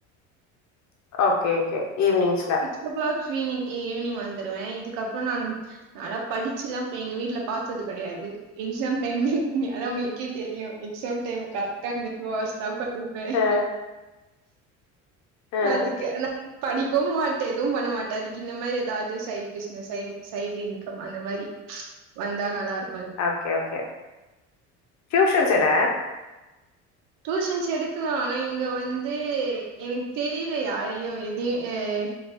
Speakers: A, on the left; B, on the right.
A: ஓகே ஓகே ஈவினிங்ஸ்ல
B: சிக்ஸ் ஓ கிளாக் ஸ்வீனி் ஈவினிங் வந்துடுவேன் இதுக்கப்புறம் நான் நல்லா படிச்சல்லாம்் எங்க வீட்டல பார்த்தது கிடையாது எக்ஸாம் டைம்லங்க அதது உங்களுக்கே தெரியும் எக்ஸாம் டைம் கரெக்டா இருந்தட்டு வஸ்தா படிப்பேன்
A: அ அ
B: அதுக்க படிக்கவும் மாட்டேன் எதுவும் பண்ண மாட்டேன் அதுக்கு இந்த மாதிரி ஏதாவது சைட் பிஸ்னஸ் சை சைட் இன்கம் அந்த மாதிரி வந்தா நல்லா இருக்கும்
A: ஓகே ஓகே டியூஷன்ஸ் இட
B: டியூசன்ஸ் எடுக்கலாம் ஆனா இங்க வந்து எனக்கு தெரியுல யாரையும் எதையும் அஹ்